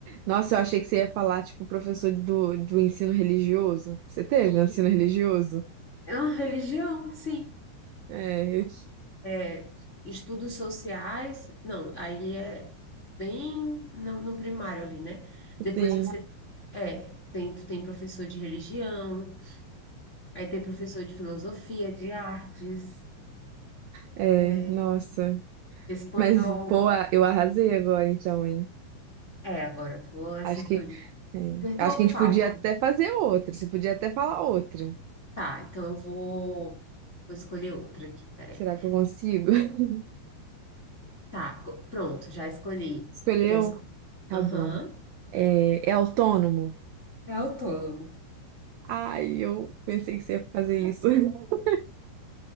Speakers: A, on the right; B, on the left.
A: Nossa, eu achei que você ia falar, tipo, professor do, do ensino religioso. Você teve um ensino religioso?
B: É uma religião, sim.
A: É, eu
B: é, estudos sociais, não, aí é bem no, no primário ali, né?
A: sim.
B: Depois você é, tem, tu tem professor de religião, aí tem professor de filosofia, de artes,
A: É,
B: é,
A: nossa.
B: espanhol.
A: Mas, pô, a- eu arrasei agora então, hein?
B: É, agora tu acertou
A: Acho que
B: de
A: É.
B: acertou
A: Acho que a
B: fácil.
A: gente podia até fazer outra. Você podia até falar outra.
B: Tá, então eu vou vou escolher outra aqui, peraí.
A: Será que eu consigo? <laughs>
B: Tá, co- pronto, já escolhi.
A: Escolheu?
B: Já escolhi.
A: Tá
B: Aham.
A: bom. É, é autônomo?
B: É autônomo.
A: Ai, eu pensei que você ia fazer isso. <laughs>